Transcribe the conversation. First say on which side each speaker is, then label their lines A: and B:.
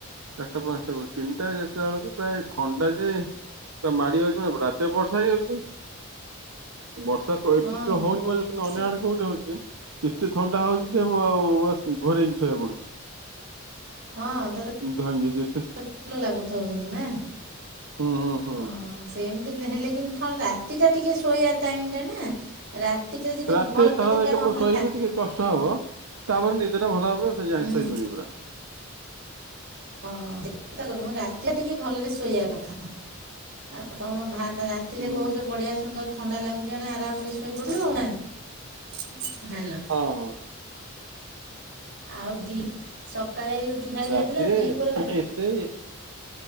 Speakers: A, on the right; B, on the right.
A: ଚାରଟ ପାଞ୍ଚକୁ ତିନିଟା ଚାରିଟା ବେଳକୁ ପ୍ରାୟ ଥଣ୍ଡା ଯେ ପୁରା ମାଡି ଯାଉଛି ମ ରାତିରେ ବର୍ଷା ହେଇଯାଉଛି ବର୍ଷା ଏଠିକ
B: ହଁ
A: ହଉନି କିନ୍ତୁ
B: ସେଟା
A: ଅନ୍ୟ ଆଡେ କୋଉଠି ହଉଛି କେତେ ଥଣ୍ଡା ହଉଛି
B: ହୁଁ
A: ଯେ ଆଉ ଘରେକି ଶୋଇବାକୁ ପଡୁଛି।
B: ହଁ ତ
A: ଧଯ ଯେ
B: ଭଲ ଲାଗୁଥିବ କିନ୍ତୁ ନା
A: ହୁଁ ହୁଁ ହୁଁ
B: ହଁ ସେମିତି ହଲେ କିନ୍ତୁ ଥଣ ରା ରାତି ଟା ଟିକେ ଶୋଇବା ଟାଇମ ଟା ନା? ରାତି୍ ଯଦି
A: ରାତି
B: ଭଲ ନିଦଟା
A: ଥର ଦେକ
B: ନହେଲା
A: ମୁଁ ଶୋଇବି ଟିକେ କଷ୍ଟ ହବ ତାପରେ ନିଦ ଟା ଭଲ ହବ ସେ ଜା
B: ହୁଁ
A: ଶୋଇଯିବି ପୁରା।
B: ହଁ କଥା କହୁ ମୁ ରାତିଟା ଟିକେ ଭଲରେ ଶୋଇବା କଥା ଆଉ ତମେ ରାତିରେ
A: ହୁଁ
B: କହୁଛ ବଢିଆ ସୁନ୍ଦର ଥଣ୍ଡା ଲାଗୁଛି ମାନେ ଆରାମରେ ଶୋଇପଡ଼ିବ ଆଉ ନା ହ୍ୟାଲୋ।
A: ହଁ ହଁ।
B: ଆଉ ଦି ସକାଳେ ରୁଟି ଖାଇ
A: ରାତିରେ
B: ଯାଇଥିଲା ଦିପ ହଁ।
A: ଏତେ